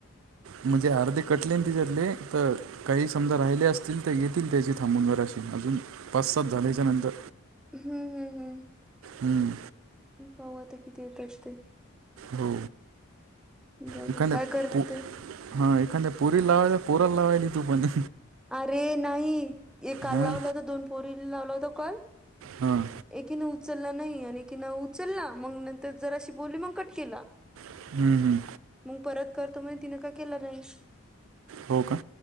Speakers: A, on the right (about 70°); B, in the centre.
A: म्हणजे आर्धी कटलीन तिज्यातले तर काही समजा राहिले असतील तर येतील त्याची थांबून वराशी अजून पाच सात झाल्याच्या नंतर
B: हम्म हम्म हम्म.
A: हम्म.
B: पाहू आता किती येतात ते.
A: हो
B: जाऊ
A: विकन्यात
B: दे काय करते
A: पो हा एखांद्या पुरी लावय पोरल लावयली तु पण.
B: अरे नाही एकाला
A: हां
B: लावलं होतं दोन पोरी लावला होता कॉल
A: हां.
B: एकीनं उचल नाही आणि एकीने उचलला मंग नंतर जराशी बोलली मग कट केला.
A: हम्म, हम्म.
B: मग परत करतो म्हणे तिनं काय केलं नाही.
A: हो का.